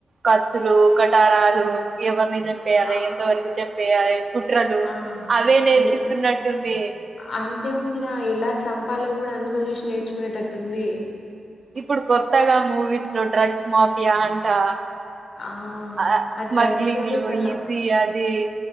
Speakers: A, on the right; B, on the left.
A: కత్తులు కటారాలు ఎవరిని తంటే అరేందో
B: ఆ
A: అనికి చెప్పు పేయైస్ కుట్రలు
B: ఆ
A: అవే నేర్పిస్తున్నట్టుంది.
B: ఎల్ అంతే ఉందిరా. ఎలా చంపాలో కూడా అందులో చూసి నేర్చుకునేటట్టుంది.
A: ఇప్పుడు కొత్తగా మూవీస్ లో డ్రగ్స్ మాఫియా అంటా.
B: ఆ
A: ఆ స్మగ్లింగ్లు
B: డ్రగ్స్ తోటే సగం
A: ఇది అది